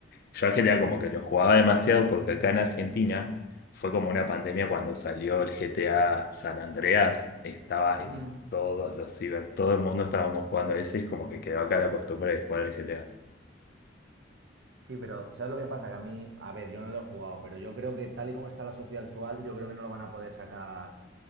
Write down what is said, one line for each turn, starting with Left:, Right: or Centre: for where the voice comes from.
Left: Yo al GTA como que lo jugaba demasiado porque acá en Argentina fue como una pandemia cuando salió el GTA San Andreas, estaba en
Right: Mm,
Left: todos los ciber, todo el mundo estábamos jugando ese y como que quedó acá la costumbre de jugar al GTA.
Right: Sí, pero ¿sabes lo que pasa? Que a mí, a ver, yo no lo he jugado, pero yo creo que tal y como está la sociedad actual, yo creo que no lo van a poder sacar,